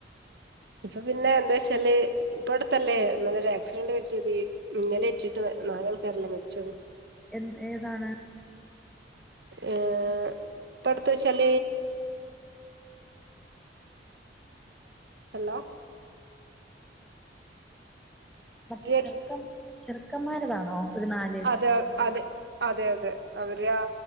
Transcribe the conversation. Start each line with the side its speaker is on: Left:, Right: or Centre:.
Right: ഇപ്പൊ പിന്നെ എന്താ വച്ചാല് ഇപ്പ അടത്തല്ലേ ഇന്നലരു ആക്സിഡന്റ് പറ്റിയത് മിന്നലെ റ്റിട്ട് നാലൾക്കാരല്ലേ മരിച്ചത്
Centre: എൻ ഏതാണ്
Right: ഏ പടുത്തവചാൽ ഹലോ
Centre: മറ്റേ
Right: ഈ
Centre: ചെറുക്കം ചെറുക്കന്മാർതാണോ ഒരു നാല്
Right: അത് അതെ അതെ അതെ അവര് ആ